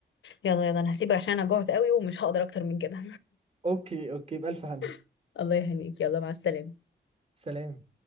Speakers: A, on the left (about 80°); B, on the right (about 30°).
A: يلا يلا انا هسيبك عشان انا جوعت قوي ومش هقدر اكتر من كده
B: اوكي اوكي بألف هنا
A: <laughs> الله يهنيك يلا مع السلامه
B: سلام